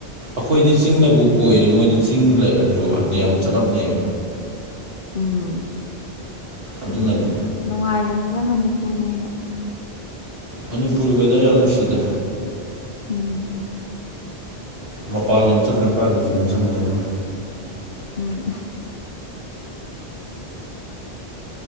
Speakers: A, on the right; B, on the left.
A: ꯑꯩꯈꯣꯏꯗꯤ ꯆꯤꯡꯅꯕꯨ ꯀꯣꯏꯔꯤ ꯃꯣꯏꯗꯤ ꯆꯤꯡ ꯂꯩꯔꯁꯨ ꯍꯥꯏꯕꯗꯤ ꯌꯥꯝ ꯆꯅꯞꯅꯩ
B: ꯎꯝ
A: ꯑꯗꯨꯅꯅꯦ
B: ꯅꯨꯡꯉꯥꯏꯕꯅꯤꯅ ꯃꯅꯤꯄꯨꯔꯅ ꯍꯦꯟꯅ
A: ꯃꯅꯤꯄꯨꯔ ꯋꯦꯗꯔ ꯌꯥꯝ ꯅꯨꯡꯁꯤꯗ
B: ꯎꯝ
A: ꯃꯄꯥꯟ ꯂꯝ ꯆꯠꯈ꯭ꯔ ꯀꯥꯟꯗꯁꯨ ꯅꯤꯡꯁꯤꯡꯉꯦ ꯑꯗꯨꯝ
B: ꯎꯝ